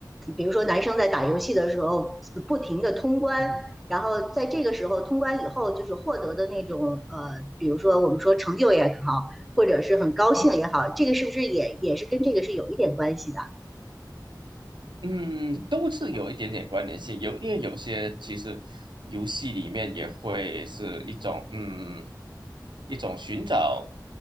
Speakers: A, in the centre; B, on the right (about 85°).
A: 比如说男生在打游戏的时候，不停的通关，
B: 嗯
A: 然后在这个时候通关以后，就是获得的那种呃，比如说我们说成就也好，或者是很高兴也好，
B: 嗯，
A: 这个是不是也也是跟这个是有一点关系的？
B: 嗯，嗯都是有一点点关联性。有，因为有些其实游戏里面也会是一种嗯一种寻找